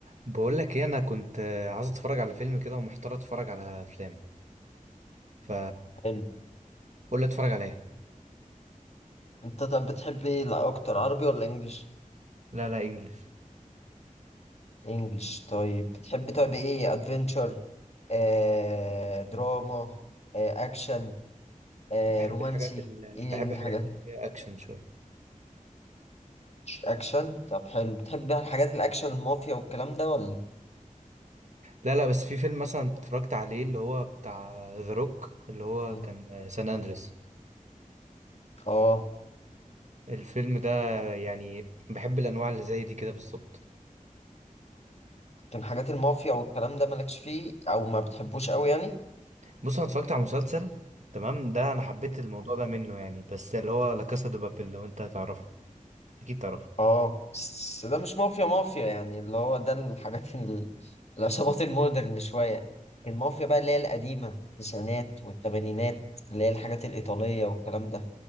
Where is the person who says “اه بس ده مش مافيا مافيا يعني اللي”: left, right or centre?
Left